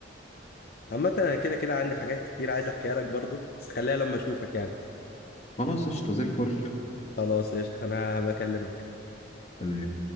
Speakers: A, on the left; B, on the left.
A: عامة انا كده كده عندي حاجات كتير عايز احكيها لك برضو بس خليها لما اشوفك يعني
B: خلاص قشطه زي الفل
A: خلاص قشطة انا هبقى اكلمك
B: تمام